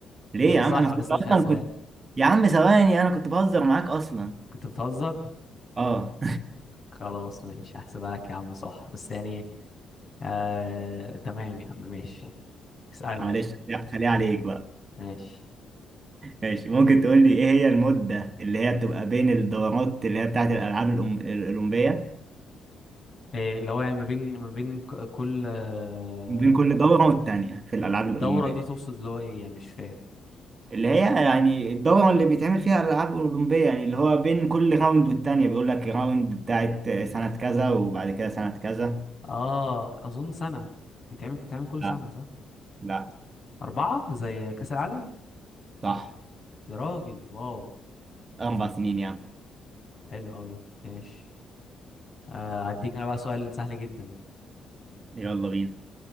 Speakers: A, on the right; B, on the left.
A: ليه
B: هي
A: يا
B: صح
A: عم انا
B: بس
A: كنت
B: انا
A: اصلا
B: مش هحسبها
A: كنت
B: لك.
A: يا عم ثواني انا كنت بهزر معاك اصلا
B: كنت بتهزر
A: اه
B: خلاص ماشي هحسبها لك يا عم صح بس يعني آه تمام يا عم ماشي اسألني
A: <laughs> معلش خليها خليها عليك بقى
B: ماشي
A: ماشي ممكن تقول لي ايه هي المدة اللي هي بتبقى بين الدورات اللي هي بتاعت الالعاب الأم- الاولمبية
B: إيه اللي هو يعني ما بين ما بين ك- كل آه،
A: بين كل دورة والتانية في الالعاب الاولمبية
B: دورة دي تقصد اللي هو ايه يعني مش فاهم
A: اللي هي يعني الدورة اللي بيتعمل فيها الالعاب الاولمبية يعني اللي هو بين كل راوند والتانية بيقول لك راوند بتاعت سنة كذا وبعد كده سنة كذا
B: اه اظن سنة بتعمل بتعمل كل
A: لا
B: سنة صح
A: لا
B: أربعة زي كأس العالم
A: صح
B: يا راجل واو
A: اربع سنين يعني
B: حلو قوي ماشي آه اديك انا بقى سؤال سهل جدا
A: يلا بينا